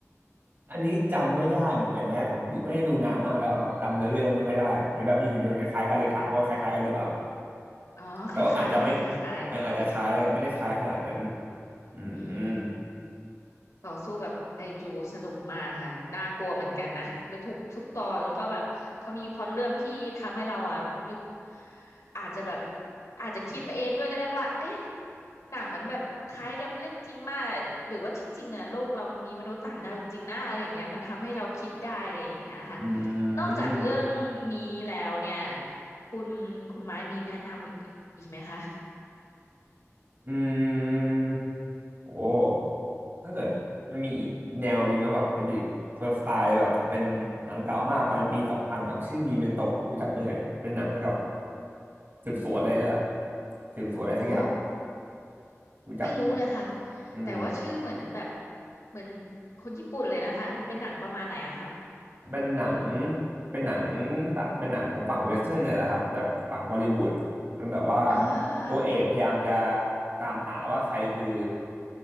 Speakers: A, on the right; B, on the left.
A: อันนี้จำไม่ได้เหมือนกันแฮะกับไม่ได้ดูนานมากแล้วครับจำเนื้อเรื่องไม่ค่อยได้เห็นแบบมีหุ่นยนต์คล้ายๆกันเลยถามว่าคล้ายๆกันหรือเปล่า
B: อืมอืมอืมอืมอ๋อคล้ายๆค่ะคล้าย
A: แต่ว่าอาจจะไม่เอ่ออาจจะคล้ายแล้วกับไม่ได้คล้ายขนาดนั้น
B: ๆอืม
A: อืมอืม
B: ต่อสู้แบบไคจูสนุกมากค่ะน่ากลัวเหมือนกันนะแล้วทุกทุกตอนแล้วก็แบบเขามีพล็อตเรื่องที่ทำให้เราอ่ะนึกอาจจะแบบอาจจะคิดไปเองด้วยก็ได้ว่าเอ๊ะหนังมันแบบคล้ายกับเรื่องจริงมากหรือว่าที่จริงอ่ะโลกเรามันมีมนุษย์ต่างดาวจริงๆนะอะไรอย่างเงี้ยมันทำให้เราคิดได้อะไรอย่างเงี้ยค่ะ
A: อืม
B: นอกจากเรื่องนี้แล้วเนี่ยคุณคุณไม้มีแนะนำอีกไหมคะ
A: อืมโอ้ถ้าเกิดมันมีอีกแนวหนึ่งนะแบบเป็นอีกคนละสไตล์เลยแบบเป็นหนังเก่ามากประมาณปีสองพันครับชื่อมีเมนโตรู้จักไหมเอ่ยเป็นหนังเกี่ยวกับสืบสวนเลยแหละสืบสวนอะไรสักอย่าง
B: อ๋อ
A: รู้จักนะ
B: ไม่รู้เลยค่ะ
A: อืม
B: แต่ว่าชื่อเหมือนแบบเหมือนคนญี่ปุ่นเลยนะคะเป็นหนังประมาณไหนอะคะ
A: เป็นหนัง เป็นหนังสาเป็นหนังของฝั่งเวสเทิร์นเนี่ยแหละครับแบบฝั่งฮอลลีวูดมันแบบว่า
B: อ่า
A: ตัวเอกพยายามจะตามหาว่าใครคือ